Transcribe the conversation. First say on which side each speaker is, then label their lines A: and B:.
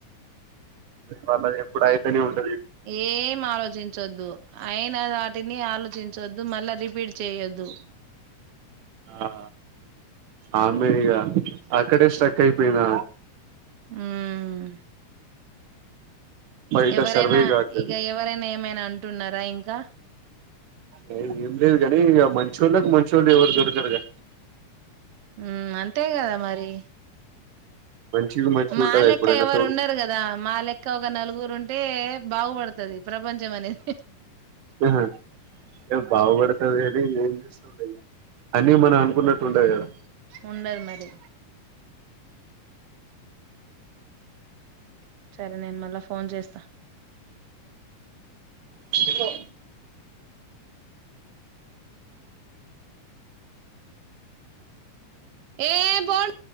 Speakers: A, on the right; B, on the right.
A: వాళ్లది ఎప్పుడు అయితేనే ఉంట
B: ఏం ఆలోచించొద్దు అయినా వాటిని ఆలోచించొద్దు మళ్ళా రిపీట్ చేయొద్దు
A: ఆ ఆమె ఇగా అక్కడే స్ట్రక్ అయిపోయినా
B: హ్మ్
A: బయట
B: ఎవరైనా
A: సర్వే కావట్లేదు
B: ఇక ఎవరైనా ఏమైనా అంటున్నారా ఇంకా
A: అ ఏం లేదు కానీ ఇక మంచోళ్ళకి మంచోళ్ళ ఎవరు దొరకరుగా
B: ఉ అంతే కదా మరి
A: మంచికి మంచిగా
B: మా
A: ఉంటదా
B: లెక్క
A: ఎప్పుడైనా
B: ఎవరు
A: తోడు
B: ఉండరు కదా మా లెక్క ఒక నలుగురు ఉంటే బాగుపడ్తది ప్రపంచం అనేది
A: ఆహా ఏ బాగుపడతాదని అన్ని ఏం చేస్తండ అని మనం అనుకున్నట్టు ఉండది కదా
B: ఉండదు మరి సరే నేను మళ్ళా ఫోన్ చేస్తా
A: సరే
B: ఏ బోల్